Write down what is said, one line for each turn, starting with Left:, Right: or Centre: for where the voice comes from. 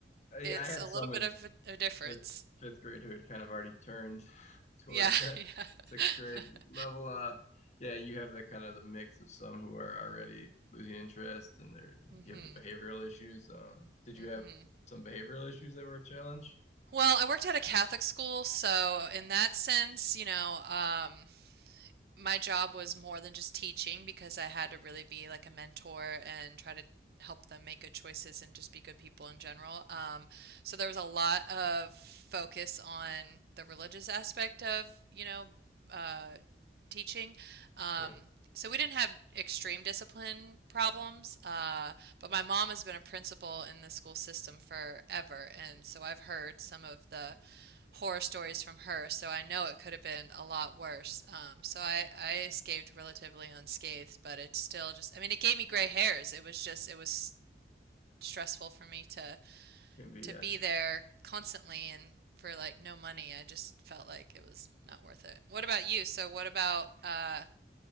Left: I,
Right: it's
Left: I had
Right: a
Left: some
Right: little bit
Left: in
Right: of a, a difference.
Left: fifth fifth grade who had kind of already turned <laughs> towards
Right: Yeah,
Left: that
Right: <laughs> yeah.
Left: sixth grade
Right: <laughs>
Left: level. Uh, yeah, you have that kind of the mix of some who are already losing interest, and they're
Right: Mm-hmm.
Left: you have the behavioral issues. Um, did
Right: Mm-hmm.
Left: you have some behavioral issues that were a challenge?
Right: Well, I worked at a Catholic school, so in that sense, you know, um, my job was more than just teaching because I had to really be like a mentor and try to help them make good choices and just be good people in general. Um, so there was a lot of focus on the religious aspect of, you know, uh, teaching. Um,
Left: Sure,
Right: so we didn't have extreme discipline problems, uh, but my mom has been a principal in the school system forever, and so I've heard some of the horror stories from her, so I know it could have been a lot worse. Um, so I, I escaped relatively unscathed, but it's still just, I mean, it gave me gray hairs. It was just, it was stressful for me to
Left: can be
Right: to
Left: uh,
Right: be there constantly and for like no money. I just felt like it was not worth it. What about you? So what about uh,